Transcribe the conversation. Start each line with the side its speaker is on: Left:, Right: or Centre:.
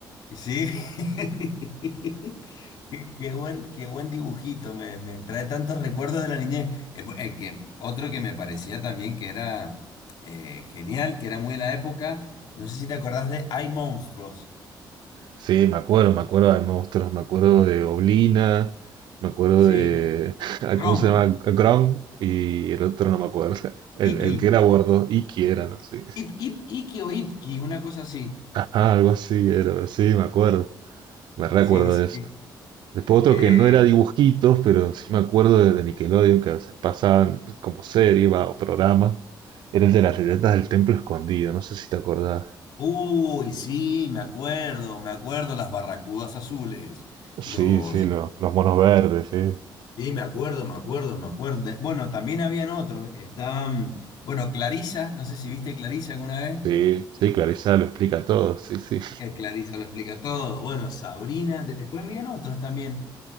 Left: Sí, <laughs> qué, qué buen, qué buen dibujito, me, me trae tantos recuerdos de la niñez. Eh, bu- el que, otro que me parecía también que era eh, genial, que era muy de la época, no sé si te acordás de Hay Monstruos.
Right: Sí, me acuerdo, me acuerdo de monstruos, me acuerdo de Oblina, me acuerdo
Left: Sí,
Right: de... <laughs> ah,
Left: Chrome,
Right: ¿Cómo se llama? Grom y el otro no me acuerdo. <laughs> El,
Left: Iki,
Right: el que era gordo, y que era, no sé.
Left: Ip, Ip, Iki o Ipki, una cosa así.
Right: Ajá, algo así era, sí, me acuerdo. Me recuerdo
Left: Sí, sí.
Right: de eso. Después otro
Left: Eh,
Right: que no era dibujitos, pero sí me acuerdo de, de Nickelodeon, que a veces pasaban como serie va, o programa. Era el de las letras del templo escondido, no sé si te acordás.
Left: uy, sí, me acuerdo, me acuerdo, las barracudas azules,
Right: Sí,
Left: los...
Right: sí, lo- los monos verdes, sí.
Left: Sí, me acuerdo, me acuerdo, me acuerdo. De- Bueno, también habían otros. Estaban, bueno, Clarisa, no sé si viste Clarisa alguna vez.
Right: Sí, sí, Clarissa lo explica todo, sí, sí.
Left: Eh, Clarisa lo explica todo. Bueno, Sabrina. Después habían otros también.